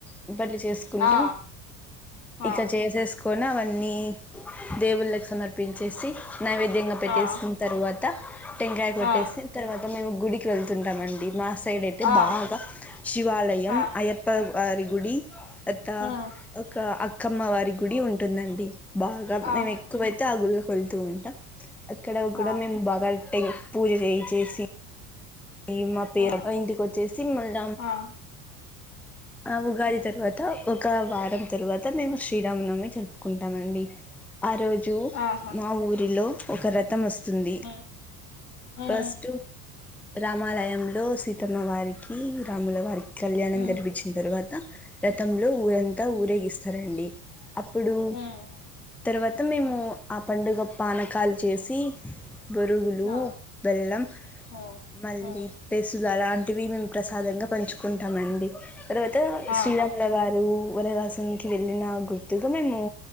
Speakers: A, in the centre; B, on the left.
A: బొబ్బట్లు చేసుకుంటాం
B: ఆ ఆ
A: ఇక చేసేసుకొని అవన్నీ దేవుళ్ళకి సమర్పించేసి నైవేద్యంగా పెట్టేసుకున్న
B: ఆ
A: తరువాత టెంకాయ కొట్టేసి
B: ఆ
A: తర్వాత మేము గుడికి వెళ్తుంటాంమండి మా సై సైడ్ అయితే
B: ఆ ఆ
A: బాగా శివాలయం
B: ఆ
A: అయ్యప్ప వారి గుడి తర్వాత
B: ఉమ్
A: ఒక అక్కమ్మ వారి గుడి ఉం టుందండి బాగా
B: ఆహా
A: మేము ఎక్కువైతే ఆ గుళ్ళకి వెళ్తూ ఉంటాం అక్కడ కుడా
B: ఆ
A: మేము బాగా టెం పూజ చేయించేసి ఈ మాపేరా
B: ఆ
A: ఇంటికొచ్చేసి మళ్ల
B: ఆ
A: ఆ ఉగాది
B: ఉమ్
A: తర్వాత ఒక వారం తరువాత మేము శ్రీరామనవమి జరుపుకుంటామండి. ఆ రోజూ
B: ఆహా
A: మా ఊరిలో ఒక రథం వస్తుంది
B: ఉమ్ ఉమ్
A: ఫస్ట్ రామాలయంలో సీతమ్మవారికీ, రాములవారి కళ్యాణం
B: ఉమ్
A: జరిపిచ్చిన తర్వాత రథంలో ఊరంతా ఊరేగిస్థారండి. అప్పుడు
B: ఉమ్ ఉమ్
A: తర్వాత మేమూ
B: ఉమ్
A: ఆ పండుగ పానకాలు చేసి బొరుగులూ,
B: ఆ
A: బెల్లం
B: ఆ ఉమ్
A: మళ్లీ
B: ఉమ్
A: పెసులు అలాంటివి మేం ప్రసాదం పంచుకుంటామండి, తర్వాతా
B: ఆహా
A: శ్రీరాములవారూ వనవాసం కి వెళ్లిన గుర్తుకు మేం